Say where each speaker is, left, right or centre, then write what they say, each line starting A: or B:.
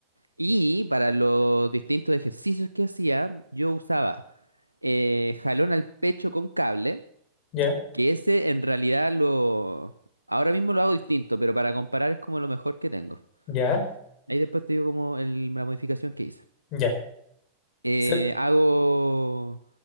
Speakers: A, on the left (about 90°); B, on the left (about 40°).
A: Y para los distintos ejercicios que hacía, yo usaba eh, jalón al pecho con cable,
B: Ya,
A: que ese en realidad lo... Ahora mismo lo hago distinto, pero para comparar es como lo mejor que tengo.
B: ya,
A: Ahí después te digo como el- la modificación que hice.
B: ya.
A: Eh,
B: Se-
A: hago